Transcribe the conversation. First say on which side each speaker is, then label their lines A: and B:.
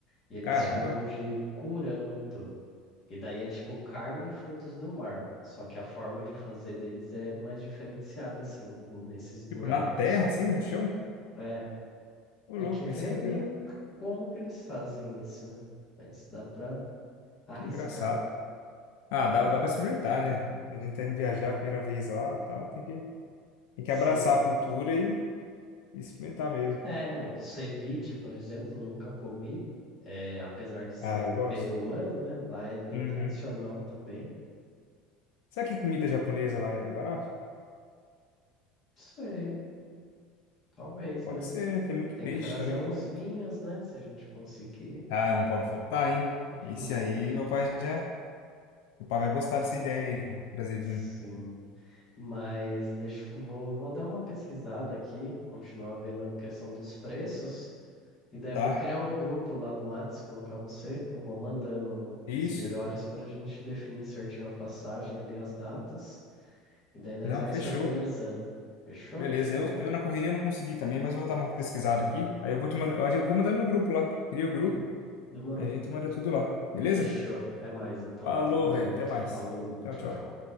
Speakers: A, on the left; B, on the left.
A: E eles
B: Caramba.
A: chamam de curanto. E daí é tipo carne e frutos do mar. Só que a forma de fazer deles é mais diferenciada, assim, no- nesses buracos.
B: Tipo, na terra, assim, no chão?
A: É,
B: Ô,
A: tem
B: louco,
A: que ver
B: esse eu não
A: meio
B: vi, não.
A: c- como que eles fazem isso, né? Mas dá pra arriscar.
B: Que engraçado. Ah, dá, dá pra experimentar, né? A gente tá indo viajar a primeira vez lá e tal. Tem que, tem que
A: Sim.
B: abraçar a cultura e, e experimentar mesmo.
A: É, o ceviche, por exemplo, nunca comi. É, apesar de ser
B: Ah, eu gosto.
A: peruano, né? Lá é bem
B: Uhum.
A: tradicional também.
B: Será que comida japonesa lá é barato?
A: Sei, talvez,
B: Pode
A: né?
B: ser, né? Tem muito
A: Tem
B: peixe
A: que trazer
B: também,
A: uns
B: né?
A: vinhos, né? Se a gente conseguir.
B: Ah, não pode faltar, hein?
A: <laughs>
B: Esse aí, meu pai já... Meu pai vai gostar dessa ideia aí. Trazer
A: Sim,
B: vinho,
A: mas deixa, eu- vou, vou dar uma pesquisada aqui, continuar vendo a questão dos preços, e daí
B: tá?
A: vou criar um grupo lá no Whats, colocar você, eu vou mandando
B: Isso.
A: os melhores para a gente definir certinho a passagem ali, as datas, e daí nós
B: Não,
A: vai
B: fechou.
A: se organizando. Fechou?
B: Beleza,
A: Hum.
B: eu, eu na correria não consegui também, mas eu vou dar uma pesquisada aqui. Aí eu vou te mandar, aí eu vou mandando no grupo lá. Cria o grupo
A: De- Demorou.
B: e a gente manda tudo lá. Beleza?
A: Fechou. Até mais então.
B: Falou,
A: Tamo junto.
B: velho. Até mais.
A: Falou.
B: Tchau,
A: Tchau,
B: tchau.
A: tchau.